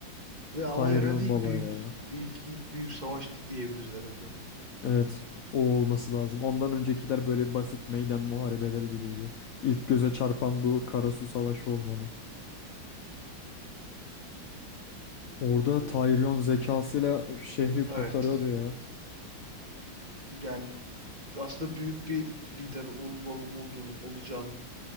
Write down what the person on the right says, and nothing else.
Ve ama
herhalde ilk
büyük
ilk ilk büyük savaştı diyebiliriz herhalde onu.
Böyle-
Evet.
Yani aslında büyük bir lider ol- olduğunun, olacağının